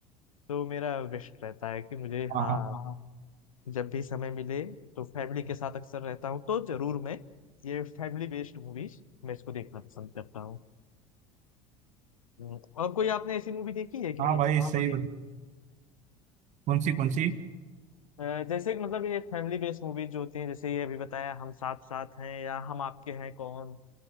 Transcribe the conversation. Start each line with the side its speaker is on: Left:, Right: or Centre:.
Left: तो मेरा विश रहता है कि मुझे
Right: हाँ
Left: हाँ
Right: हाँ
Left: जब भी समय मिले तो फैमिली के साथ अक्सर रहता हूँ तो जरूर मैं ये फैमिली बेस्ड मूवीज मैं इसको देखना पसंद करता हूँ हम्म, और कोई आपने ऐसी मूवी देखी है कि नहीं
Right: हाँ भाई
Left: हाँ
Right: सही
Left: भाई
Right: कौन सी कौन सी
Left: अ, जैसे कि मतलब ये फैमिली बेस्ड मूवीज जो होती हैं जैसे ये अभी बताया हम साथ साथ हैं या हम आपके हैं कौन